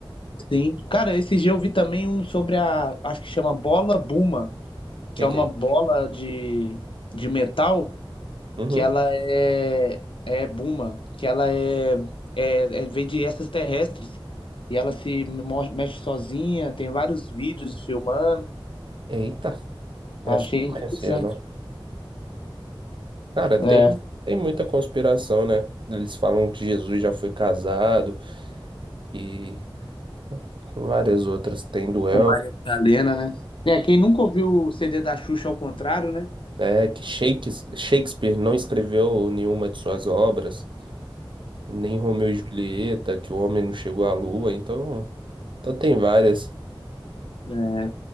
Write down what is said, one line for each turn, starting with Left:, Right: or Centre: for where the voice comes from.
Left: Sim. Cara, esse dia eu vi também um sobre a. Acho que chama bola Buma, que
Right: Que
Left: é uma
Right: que é isso?
Left: bola de, de metal
Right: Uhum.
Left: que ela é. É Buma, que ela é. É, é vem de essas terrestres. E ela se mo- mexe sozinha, tem vários vídeos filmando.
Right: Eita, essa
Left: Achei
Right: eu não
Left: interessante.
Right: conhecia, não. Cara, tem,
Left: É,
Right: tem muita conspiração, né? Eles falam que Jesus já foi casado e várias outras. Tem duelo.
Left: com Maria Madalena, né? É, quem nunca ouviu o CD da Xuxa ao contrário, né?
Right: É que Shakes- Shakespeare não escreveu nenhuma de suas obras, nem Romeu e Julieta, que o homem não chegou à lua, então, então tem várias,
Left: É